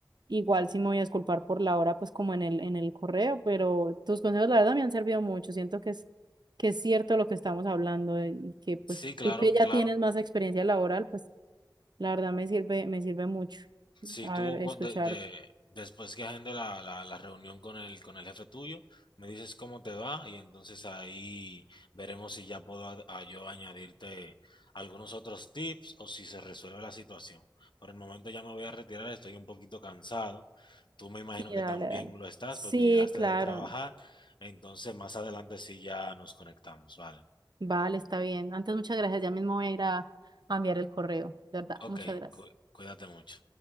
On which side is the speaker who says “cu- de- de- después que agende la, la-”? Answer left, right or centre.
Left